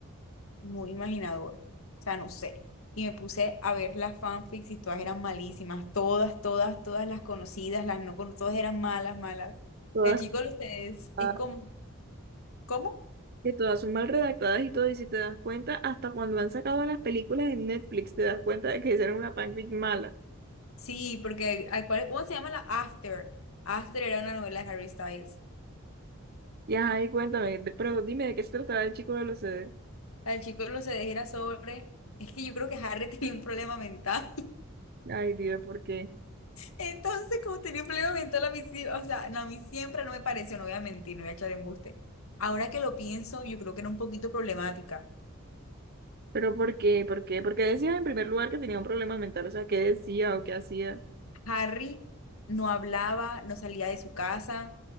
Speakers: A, on the left; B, on the right.
A: muy imaginador? O sea, no sé. Y me puse a ver las fanfics y todas eran malísimas, todas, todas, todas las conocidas, las no conocidas, todas eran malas, malas.
B: Todas,
A: El chico de ustedes
B: ah,
A: es como, ¿cómo?
B: que todas son mal redactadas y todo, y si te das cuenta, hasta cuando han sacado las películas en Netflix, te das cuenta de que hicieron una fanfic mala.
A: Sí, porque ¿a cuál- ¿cómo se llama la After? After era una novela de Harry Styles.
B: Y ajá, y cuéntame, de- pero dime de qué se tratará el chico de los CDs.
A: La chico lo se dejera sobre. Es que yo creo que Harry <laughs> tenía un problema mental.
B: Ay, Dios, ¿por qué?
A: Entonces, como tenía un problema mental a mí sí, o sea, no, a mí siempre no me pareció, no voy a mentir, no voy a echar embuste. Ahora que lo pienso, yo creo que era un poquito problemática.
B: ¿Pero por qué? ¿Por qué? Porque decías en primer lugar que tenía un problema mental, o sea, ¿qué decía o qué hacía?
A: Harry no hablaba, no salía de su casa,